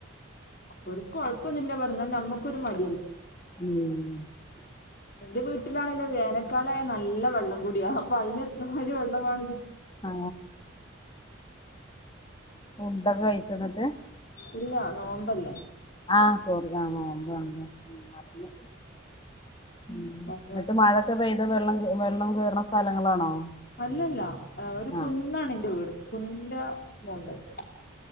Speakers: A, on the left (about 50°); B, on the left (about 25°).
A: ഒക്കും കുഴപ്പൊന്നില്ല പറഞ്ഞാൽ നമ്മുക്കൊരു മടിയാണ്
B: മ്
A: എന്റെ വീട്ടിലാണെല്ലോ വേനക്കാലായ നല്ല വെള്ളം കൂടിയ അപ്പൊ അതിന് എത്രമാതിരി വെള്ളമാണ്
B: ആ ആ ഫുഡൊക്കെ കഴിച്ചൊ എന്നിട്ട്
A: ഇല്ല നോമ്പല്ലേ
B: ആ സോറി ആ <unintelligible> ഉം
A: അത്
B: എന്നിട്ട്
A: കാരണം
B: മഴയൊക്കെ പെയ്ത് വെള്ളം വെള്ളം കയറുന്ന സ്ഥലങ്ങളാണോ
A: അല്ലല്ല ഒരു കുന്നാണ്
B: ആഹ്
A: എന്റെ വീട് കുന്നിന്റെ മുകളില്